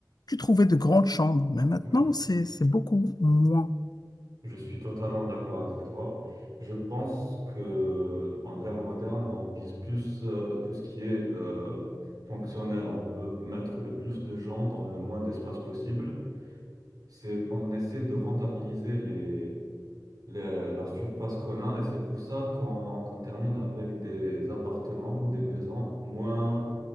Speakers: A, on the left; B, on the right.
A: tu trouvais de grandes chambres, mais maintenant
B: oui,
A: c'est c'est beaucoup moins.
B: je suis totalement d'accord avec toi. Je pense que en l'ère moderne, on vise plus euh, tout ce qui est euh, fonctionnel. On veut mettre le plus de gens dans le moins d'espace possible. C'est, on essaie de rentabiliser les, le- la surface qu'on a, et c'est pour ça qu'on qu'on termine avec des appartements ou des maisons moins,